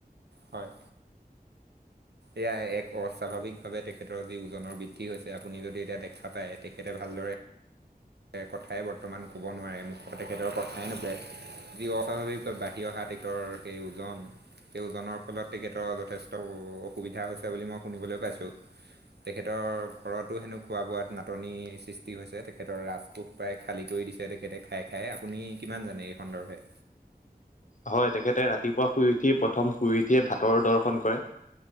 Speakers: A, on the right (about 90°); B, on the left (about 50°).
A: হয় এয়া এক অস্বাভাৱিক ভাৱে তেখেতৰ যি ওজনৰ বৃদ্ধি হৈছে আপুনি যদি এতিয়া দেখা পায় তেখেতে ভাল- ভালদৰে- কথাই বৰ্তমান ক'ব নোৱাৰে মুখ তেখেতৰ কথাই নুপৰে। যি অস্বাভাৱিক ৰত বাঢ়ি অহা তেটেতৰ সেই ওজন- সেই ওজনৰ ফলত তেখেতৰ যথেষ্ট অসুবিধা হৈছে বুলি মই শুনিবলৈ পাইছোঁ। তেখেতৰ ঘৰতো হেনো খোৱা বোৱাত নাটনি সৃষ্টি হৈছে। তেখেত- ৰাজকোষ প্ৰায় খালী কৰি দিছে তেখেতে খাই খাই আপুনি কিমান জানে এই সন্দৰ্ভে?
B: হয় তেখেতে ৰাতিপুৱা শুই উঠি প্ৰথম শুই উঠিয়ে ভাতৰ দৰ্শন কৰে।